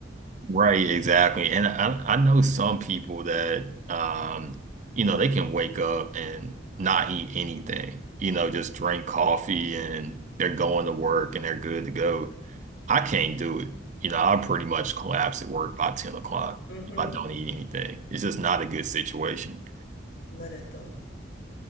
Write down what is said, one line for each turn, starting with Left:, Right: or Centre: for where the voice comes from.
Right: right, exactly. And I, I know some people that, um, you know, they can wake up and not eat anything, you know, just drink coffee and they're going to work and they're good to go. I can't do it. You know, I pretty much collapse at work by 10 o'clock
Left: hmm
Right: if I don't eat anything. It's just not a good situation.
Left: Not at all.